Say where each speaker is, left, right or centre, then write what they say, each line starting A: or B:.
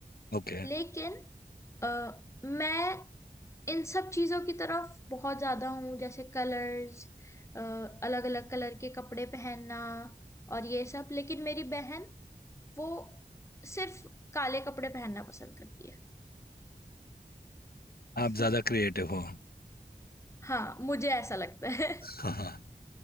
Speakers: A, on the left; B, on the left.
A: ओके
B: लेकिन अ, मैं इन सब चीजों की तरफ बहुत ज्यादा हूँ जैसे कलर्स अलग अलग कलर के कपड़े पहनना और ये सब लेकिन मेरी बहन वो सिर्फ काले कपड़े पहनना पसंद करती है <laughs>
A: आप ज़्यादा क्रिएटिव हो
B: हाँ मुझे ऐसा लगता है
A: हाँ हाँ